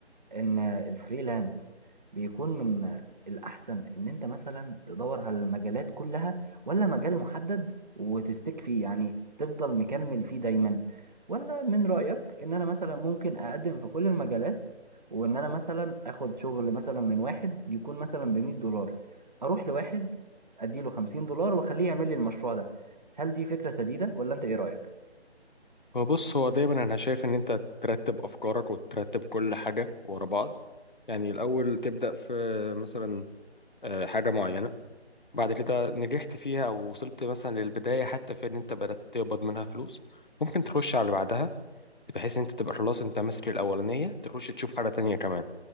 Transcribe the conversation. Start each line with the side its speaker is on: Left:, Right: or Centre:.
Right: ان الفريلانس بيكون من الاحسن ان انت مثلا تدور على المجالات كلها ولا مجال محدد وتستك فيه يعني تفضل مكمل فيه دايما ولا من رأيك ان انا مثلا ممكن اقدم في كل المجالات وان انا مثلا اخد شغل مثلا من واحد يكون مثلا ب 100 دولار اروح لواحد اديله 50 دولار واخليه يعمل لي المشروع ده هل دي فكرة سديدة ولا انت ايه رأيك
Left: فبص هو دايما أنا شايف إن أنت ترتب أفكارك وترتب كل حاجة ورا بعض يعني الأول تبدأ في مثلا آه، حاجة معينة بعد كده نجحت فيها او وصلت مثلا للبدايه حتى في ان انت بدات تقبض منها فلوس ممكن تخش على اللي بعدها بحيث ان انت تبقى خلاص انت ماسك الاولانيه تخش تشوف حاجه تانية كمان